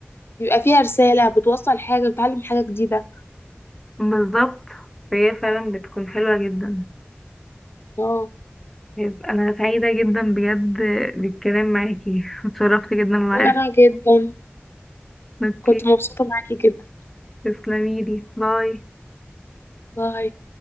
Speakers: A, on the left (about 65°); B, in the centre.
A: بيبقى فيها رسالة بتوصل حاجة بتعلم حاجة جديدة
B: بالظبط فهي فعلا بتكون حلوة جدا
A: اه
B: طيب، أنا سعيدة جدا بجد بالكلام معاكي اتشرفت جدا بمعرفتك
A: وأنا جدا
B: اوكي
A: كنت مبسوطة معاكي جدا
B: تسلميلي باي
A: باي